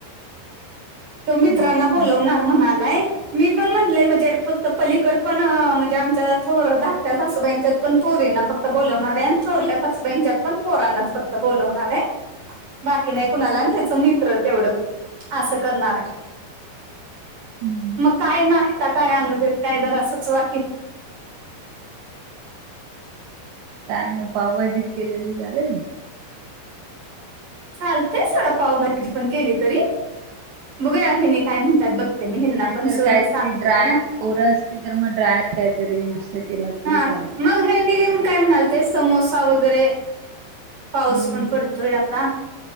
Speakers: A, on the right; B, on the right.
A: तो मित्रांना
B: नाश्ता
A: बोलवणार
B: काय
A: म्हणालाय मी पण म्हटलंय म्हणजे फक्त पलीकड पण म्हणजे आमच्या थोर धाकट्या सासूबाईंच्यात पण पोरी ना फक्त फक्त बोलवणार आहे आणि थोरल्या सासूबाईच्यात पण पोरांनाच फक्त बोलवणार आहे. बाकी नाही कुणाला आणि त्याच मित्र तेवढं असं करणार आहे.
B: हम्म.
A: मग काय नाश्ता काय अनूदेत काय जरा सुचवा की
B: काय मग पावभाजी केलेली चालेल?
A: चालतय सोडा पावभाजी पण केली तरी, बघुया ह्यनी काय म्हणतात बघ ते मी ह्यंना
B: नाहीतर
A: पण स
B: काहीतरी
A: सांगते
B: ड्राय
A: जरा
B: पोरं असतील तर मग ड्राय कायतरी नाशता केला.
A: हा
B: तरी चालेल
A: मग ह्यंनि काय म्हणाल ते समोसा वगैरे, पाऊस
B: हम्म,
A: पण पडतोय आता.